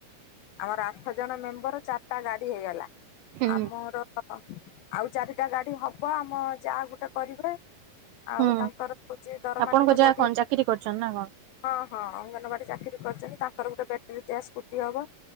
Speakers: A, on the left; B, on the right.
A: ଆମର ଆଠ ଜଣ ମେମ୍ବର ଚାରିଟା ଗାଡି ହେଇଗଲା।
B: ହୁଁ
A: ଆମର ଆଉ ଚାରିଟା ଗାଡି ହବ ଆମ ଯା ଗୋଟେ କରିବେ। ଆଉ
B: ହୁଁ
A: ତାଙ୍କର ହଉଛି ଦରମା
B: ଆପଣଙ୍କ
A: ଟିକେ
B: ଯାହା
A: ବଢି
B: କଣ
A: ହଁ।
B: ଚାକିରି କରିଛନ୍ତି ନା
A: ହଁ ଅଙ୍ଗନବାଡି ଚାକିରି କରିଛନ୍ତି। ତାଙ୍କର ଗୋଟେ ବ୍ୟାଟେରୀ ଦିଆ ସ୍କୁଟି ହବ